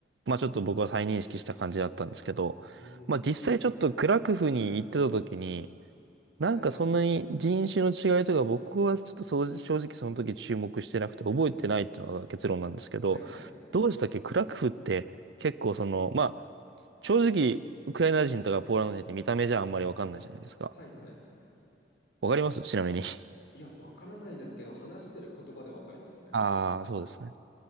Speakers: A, on the right; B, on the left.
A: まあちょっと僕は再認識した感じだったんですけど、
B: ーん。
A: まあ実際ちょっとクラクフに行ってた時に、なんかそんなに人種の違いとか僕はちょっとそう正直その時注目してなくて覚えてないっていうのが結論なんですけど、
B: はいはい。はいはい。
A: どうでしたっけクラクフって結構その、まあ正直ウクライナ人とかポーランド人って見た目じゃあんまりわかんないじゃないですか。
B: はいはい。
A: わかりますちなみに。
B: いや、わからないですけど、話してる言葉でわかりますね。
A: <laughs> ああ、そうですね。